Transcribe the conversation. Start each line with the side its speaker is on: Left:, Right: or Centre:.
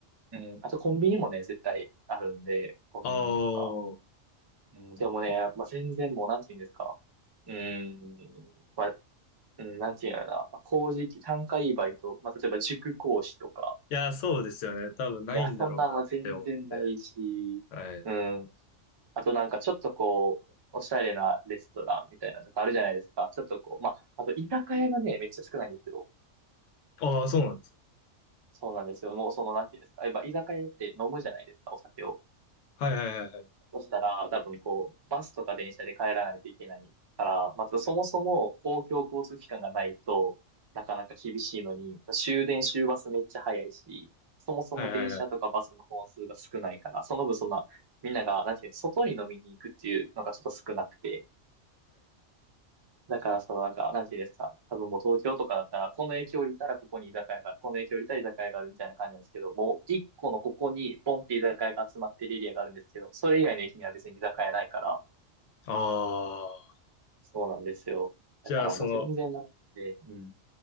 Right: うん。あとコンビニもね、絶対あるんで、コンビニとか。
Left: ああ。
Right: うん。でもね、まあ全然もう、なんていうんですか。うん。まあ、うん、なんていうんやろな。まあ、工事、単価いいバイト。まあ例えば塾講師とか。
Left: いや、そうですよね。多分ないんだろうなって思って。
Right: いや、そんなんは全然ないし、
Left: はい。
Right: うん。あとなんかちょっとこう、おしゃれなレストランみたいなとかあるじゃないですか。ちょっとこう、まあ、あと居酒屋がね、めっちゃ少ないんですよ。
Left: ああ、そうなんですか。
Right: そうなんですよ。もうその、なんていうんですか。やっぱ居酒屋って飲むじゃないですか、お酒を。
Left: はいはいはいはい。
Right: そしたら、多分こう、バスとか電車で帰らないといけないから、まずそもそも公共交通機関がないと、なかなか厳しいのに、終電終バスめっちゃ早いし、そもそも電車とかバスの本数が少ないから、
Left: はいはいはい。
Right: その分そんな、みんなが、なんていうの、外に飲みに行くっていうのがちょっと少なくて、だから、そのなんか、なんていうんですか。多分もう東京とかだったら、この影響をいたらここに居酒屋がある、この影響をいたら居酒屋があるみたいな感じなんですけど、もう一個のここにポンって居酒屋が集まってるエリアがあるんですけど、それ以外の駅には別に居酒屋ないから、
Left: ああ。
Right: そうなんですよ。
Left: じゃあ、
Right: だからもう全然なくて、
Left: その、
Right: うん。